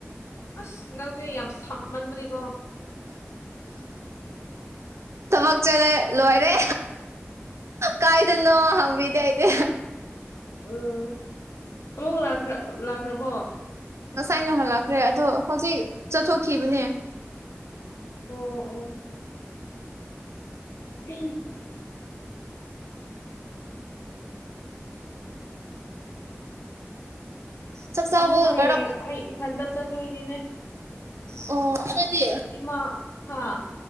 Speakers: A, on the left (about 75°); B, on the right (about 75°).
A: ꯑꯁ ꯅꯪꯁꯦ ꯌꯥꯝ ꯁꯝꯃꯟꯕꯅꯤꯀꯣ
B: ꯊꯕꯛ ꯆꯠꯂꯦ ꯂꯣꯏꯔꯦ ꯀꯥꯏꯗꯅꯣ ꯍꯪꯕꯤꯗꯦ ꯑꯩꯗꯤ
A: ꯎꯝ ꯑꯃꯨꯛ ꯂꯥꯛꯈ꯭ꯔ ꯂꯥꯛꯈ꯭ꯔꯕꯣ
B: ꯉꯁꯥꯏꯅ ꯍꯜꯂꯛꯈ꯭ꯔꯦ ꯑꯗꯣ ꯍꯧꯖꯤꯛ ꯆꯠꯊꯣꯛꯈꯤꯕꯅꯦ
A: ꯑꯣ ꯑꯣ <unintelligible>
B: ꯆꯥꯛ ꯆꯥꯕ
A: ꯑꯃꯨꯛ ꯍꯌꯦꯡ
B: ꯂꯣꯏꯔ
A: ꯑꯩ ꯏꯊꯟꯇ ꯆꯠꯇꯣꯏꯅꯤꯅꯦ
B: ꯑꯣ ꯑꯃꯗꯤ
A: ꯏꯃꯥ ꯍꯥꯥ